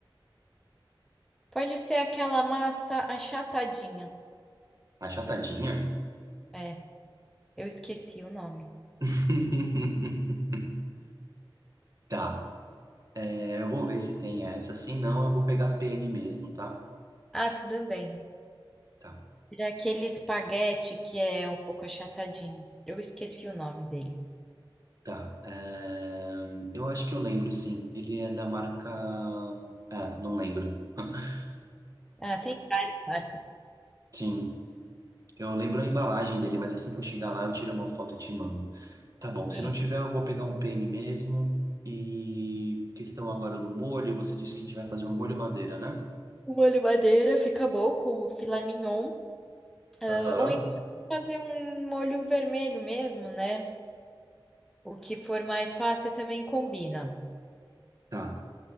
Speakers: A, in the centre; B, on the right.
A: Pode ser aquela massa achatadinha.
B: Achatadinha?
A: É, eu esqueci o nome.
B: <laughs> Tá. É, Eu vou ver se tem essa. Se não, eu vou pegar a Penny mesmo, tá?
A: Ah, tudo bem.
B: Tá,
A: Era Aquele espaguete que é um pouco achatadinho. Eu esqueci o nome dele.
B: tá. É, Eu acho que eu lembro, sim. Ele é da marca. É, não lembro. <laughs>
A: Ah, tem várias marcas.
B: Sim. Eu lembro a embalagem dele, mas assim que eu chegar lá, eu tiro uma foto e te mando. Tá bom. Se
A: Sim.
B: não tiver, eu vou pegar um pene mesmo. E questão agora do molho. Você disse que a gente vai fazer um molho madeira, né?
A: O molho madeira fica bom com o filé mignon. Ah,
B: Aham.
A: Ou então fazer um molho vermelho mesmo, né? O que for mais fácil também combina.
B: Tá.